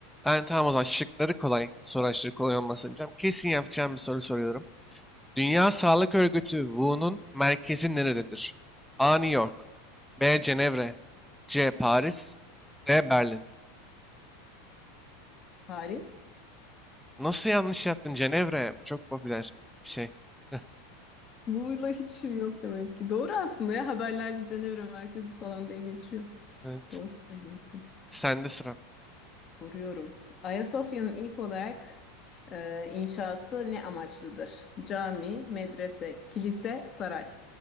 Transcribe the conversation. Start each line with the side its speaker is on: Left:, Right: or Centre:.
Centre: Ben tamam o zaman şıkları kolay. Soru aşırı kolay olmasın diyeceğim. Kesin yapacağım bir soru soruyorum. Dünya Sağlık Örgütü WHO'nun merkezi nerededir? A. New York B. Cenevre C. Paris D. Berlin
Left: Paris.
Centre: Nasıl yanlış yaptın Cenevre? Bu çok popüler bir şey. <laughs>
Left: Bu'yla hiç işim yok demek ki. Doğru aslında ya haberlerde Cenevre merkezi falan diye geçiyor.
Centre: Evet.
Left: Doğru söylüyorsun.
Centre: Sende sıra.
Left: Soruyorum. Ayasofya'nın ilk olarak e, inşası ne amaçlıdır? Cami, medrese, kilise, saray.